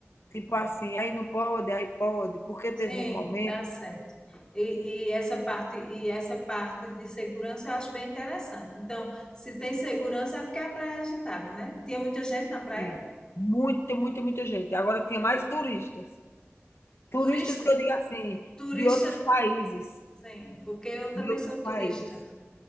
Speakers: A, on the left; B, on the left.
A: tipo assim: "Aí não pode, aí pode", porque teve
B: Sim,
A: um momento
B: tá certo. E, e essa parte e essa parte de segurança eu acho bem interessante. Então, se tem segurança é porque a praia é agitada, né? Tinha muita gente na praia?
A: Sim. Muita, muita, muita gente. Agora tinha mais turistas. Turistas
B: Turista,
A: que eu digo assim,
B: turista,
A: de outros países,
B: sim, porque eu também
A: de outros
B: sou turista.
A: países.